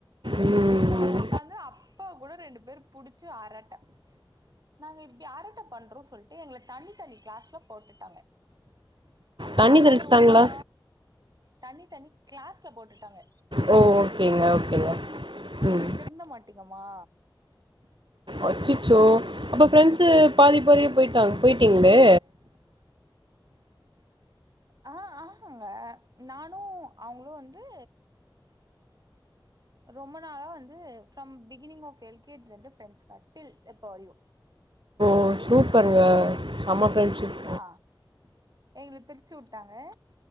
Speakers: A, on the right; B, on the right.
A: ம்.
B: சும்மா ஒக்காந்து அப்ப கூட ரெண்டு பேரு புடிச்சு அரட்ட நாங்க இப்டி அரட்ட பண்றோ சொல்ட்டு எங்கள தனி தனி கிளாஸ்ல போட்டுட்டாங்க அப்ப
A: தண்ணி
B: கூட
A: தெளிச்சுட்டாங்களா?
B: விடுவோமா தனி தனி கிளாஸ்ல போட்டுட்டாங்க
A: ஓ ஓகேங்க ஓகேங்க
B: நீங்க
A: ம்
B: திருந்த மாட்டீங்கம்மா
A: அச்சிச்சோ அப்ப ஃப்ரெண்ட்ஸு பாதிப்பாதி போயிட்டாங் போய்ட்டிங்களே
B: ஆ ஆஹங்க நானு அவ்ங்களு வந்து ரொம்ப நாளா வந்து from beginning of L K ஜில இருந்து ஃப்ரெண்ட்ஸ் அட்டில் இப்போரையும்
A: ஓ சூப்பருங்க செம்ம ஃப்ரெண்ட்ஷிப்
B: ஆ எங்கள பிருச்சு வுட்டாங்க